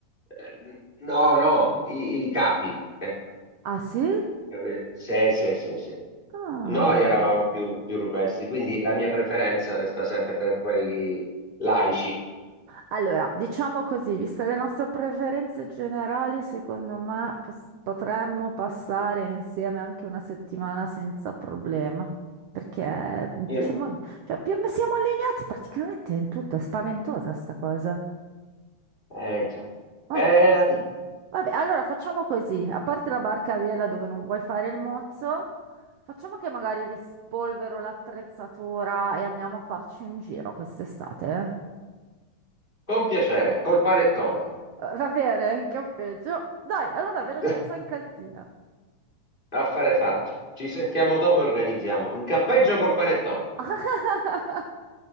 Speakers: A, on the left (about 15°); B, on the right (about 70°).
A: Eh, No, no, i, i capi. eh.
B: ah, sì?
A: Capito? Sì, sì, sì, sì.
B: Ah.
A: Noi eravamo più, più rupesti, quindi la mia preferenza resta sempre per quelli laici.
B: Allora, diciamo così, viste le nostre preferenze generali, secondo me pos- potremmo passare insieme anche una settimana senza problema, perché diciamo,
A: Io-
B: cioè, più siamo allineati praticamente in tutto, è spaventosa sta cosa.
A: Eh già,
B: Oh,
A: è la vita.
B: vabbè, allora facciamo così, a parte la barca a vela dove non vuoi fare il mozzo, facciamo che magari rispolvero l'attrezzatura e andiamo a farci un giro quest'estate, eh?
A: Con piacere, col panettone.
B: Eh, Va bene, campeggio. Dai, allora
A: <laughs>
B: vedo che cosa hai in cantina.
A: Affare fatto. Ci sentiamo dopo e organizziamo. In campeggio col panettone.
B: <laughs>